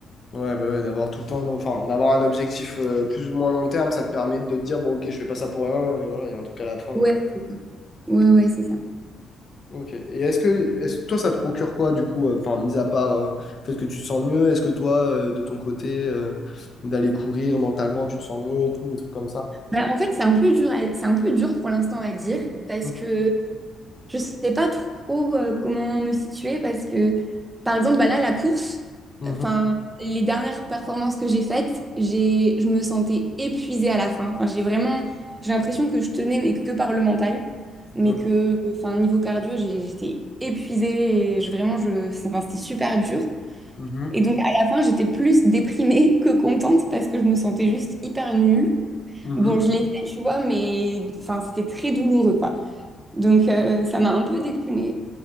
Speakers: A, on the left (about 45°); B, on the right (about 15°).
A: Ouais, bah ouais, d'avoir tout le temps, enfin, d'avoir un objectif euh, plus ou moins long terme, ça te permet de te dire, bon, ok, je fais pas ça pour rien, et voilà, il y a un truc à la fin.
B: Ouais, ouais, ouais, c'est ça.
A: Ok. Et est-ce que est-ce, toi, ça te procure quoi, du coup, euh, enfin, mis à part euh, le fait que tu te sens mieux, est-ce que toi, euh, de ton côté, euh, d'aller courir mentalement, tu te sens mieux et tout, des trucs comme ça?
B: Bah, en fait, c'est un peu dur, à- c'est un peu dur pour l'instant à dire parce
A: Mhm.
B: que Je sais pas trop euh, comment me situer parce que, par exemple, bah là, la course,
A: Mhm.
B: enfin, les dernières performances que j'ai faites, j'ai, je me sentais épuisée à la fin. Enfin, j'ai vraiment, j'ai l'impression que je tenais mais que par le mental, mais
A: Ok.
B: que, enfin, niveau cardio, j'ai- j'étais épuisée et je, vraiment, je, enfin, c'était super dur.
A: Mhm.
B: Et donc, à la fin, j'étais plus déprimée <laughs> que contente parce que je me sentais juste hyper nulle.
A: Mhm.
B: Bon, je l'ai fait, tu vois, mais enfin, c'était très douloureux, quoi. Donc, euh, ça m'a un peu déprimée.